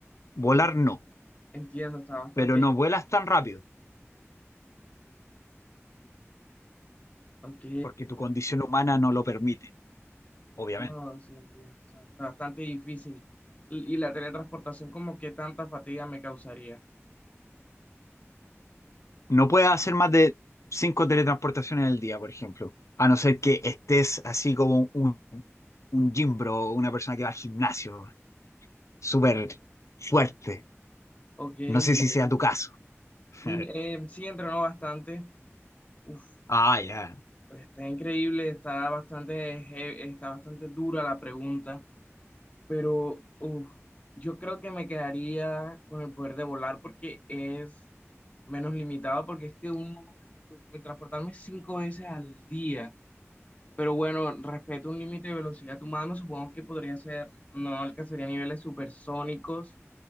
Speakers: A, on the left (about 80°); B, on the left (about 25°).
A: Volar
B: uf.
A: no,
B: Entiendo, está bastante...
A: pero no vuelas tan rápido,
B: Ok,
A: porque tu condición humana no lo permite, obviamente.
B: no, sí entiendo, o sea, está bastante difícil. Y y la teletransportación como que tanta fatiga me causaría.
A: No puedes hacer más de cinco teletransportaciones al día, por ejemplo. A no ser que estés así como un, un gym bro, una persona que va al gimnasio, súper fuerte.
B: Ok, increíble.
A: No sé si sea tu caso. <laughs>
B: Mm, eh, sí, entrenó bastante. Uf,
A: Ah, ya.
B: está increíble, está bastante, he- está bastante dura la pregunta, pero uf, yo creo que me quedaría con el poder de volar porque es menos limitado, porque es que un número, teletransportarme cinco veces al día. Pero bueno, respecto a un límite de velocidad humano, supongo que podría ser, no alcanzaría niveles supersónicos,